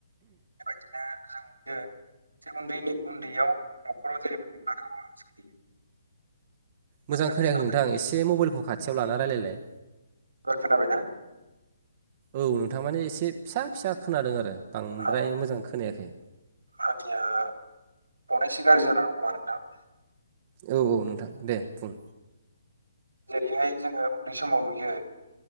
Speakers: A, on the right (about 75°); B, on the right (about 35°).
A: बेबायदिनो जों नुयो <unintelligible> उन्दैनि उन्दैयाव न'खराव जेरैबायदि बारहावा सोलियो
B: मोजां
A: आफानि
B: खोनायाखै
A: जानाय
B: नोंथां एसे मबाइलखौ खाथियाव लाना रायलायलाय
A: एबार खोनाबाय ना
B: औ नोंथां माने एसे फिसा फिसा खोनादों आरो बांद्राय
A: औ
B: मोजां खोनायाखै
A: <unintelligible>
B: औ औ नोंथां दे बुं
A: जेरैहाय जोङो उन्दै समाव नुयो